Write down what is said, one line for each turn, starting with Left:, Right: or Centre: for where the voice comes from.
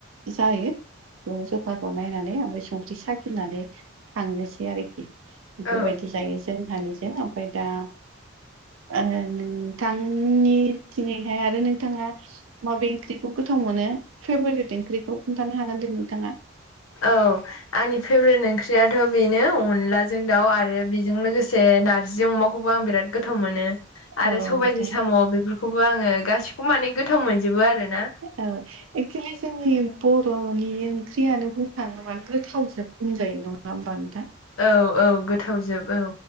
Right: जायो ज जखाखौ नायनानै ओमफ्राय संख्रि साख फिनानै थांनोसै आरोखि
Left: औ
Right: बेबायदि जायो जोंहानिजों। ओमफ्राय दा ओ-नोंथांनि थिङैहाय आरो नोंथाङा। माबे ओंख्रिखौ गोथाव मोनो फेभरेट ओंख्रिखौ खोन्थानो हागोन दे नोंथाङा।
Left: औ आंनि फेभरेट ओंख्रियाथ बेनो अनलाजों दाउ आरो बेजों लोगोसे नारजि अमाखौ। खौबो आं बिराद गोथाव मोनो। आरो
Right: औ
Left: सबायजों
Right: नोंथां
Left: साम बेफोरखौबो आङो गासिखौबो माने गोथाव मोनजोबो आरो ना।
Right: औ एक्सुलि जोंनि बरनि ओंख्रियानो बुंखाङोबा गोथावजों होनजायो नङा होमबानोथां।
Left: औ औ गोथाव जोब औ